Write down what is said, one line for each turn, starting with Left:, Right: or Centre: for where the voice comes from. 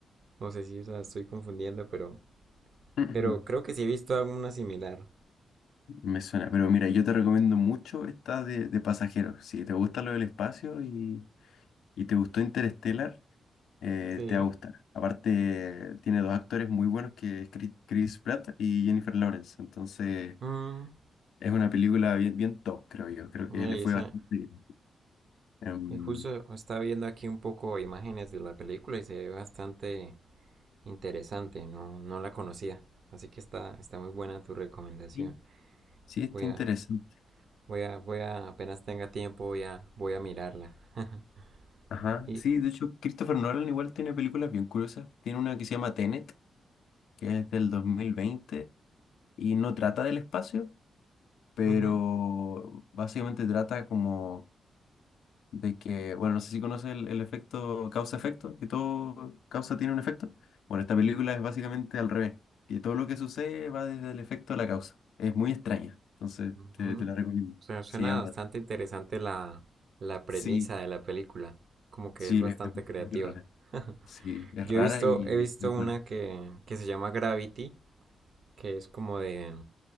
Right: No sé si la estoy confundiendo, pero,
Left: Ujú.
Right: pero creo que sí he visto alguna similar.
Left: Me suena, pero mira, yo te recomiendo mucho esta de, de Pasajeros. Si te gusta lo del espacio y, y te gustó Interstellar, eh,
Right: Sí.
Left: te va a gustar. Aparte, tiene dos actores muy buenos que es Chris Chris Pratt y Jennifer Lawrence. Entonces,
Right: Mm,
Left: es una película bien, bien top, creo yo. Creo
Right: mira,
Left: que le
Right: esa,
Left: fue bastante bien. Em,
Right: y justo estaba viendo aquí un poco imágenes de la película y se ve bastante interesante, no, no la conocía. Así que está, está muy buena tu recomendación.
Left: sí, sí, está
Right: Voy a,
Left: interesante.
Right: voy a, voy a, apenas tenga tiempo, voy a, voy a mirarla. <laughs>
Left: Ajá.
Right: y,
Left: Sí, de hecho, Christopher Nolan igual tiene películas bien curiosas. Tiene una que se llama Tenet que es del dos mil veinte y no trata del espacio, pero
Right: uh -huh.
Left: básicamente trata como de que, bueno, no sé si conoces el, el efecto causa-efecto, que todo causa tiene un efecto. Bueno, esta película es básicamente al revés, que todo lo que sucede va desde el efecto a la causa. Es muy extraña, entonces
Right: Ujú.
Left: te, te la recomiendo.
Right: Suena, suena
Left: Se llama,
Right: bastante interesante la, la premisa
Left: sí,
Right: de la película. Como que
Left: sí,
Right: es bastante
Left: es, es
Right: creativa.
Left: muy rara.
Right: <laughs>
Left: Sí, es
Right: Yo
Left: rara
Right: he visto,
Left: y
Right: he visto
Left: muy buena.
Right: una que, que se llama Gravity, que es como de,